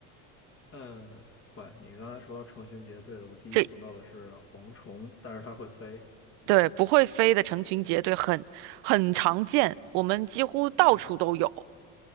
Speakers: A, on the left; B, on the right.
A: 嗯，坏，你刚才说成群结队的，我第一想到的是蝗虫，
B: 这
A: 但是它会飞，
B: 对，不会飞的成群结队很很常见，我们几乎到处都有。
A: 但是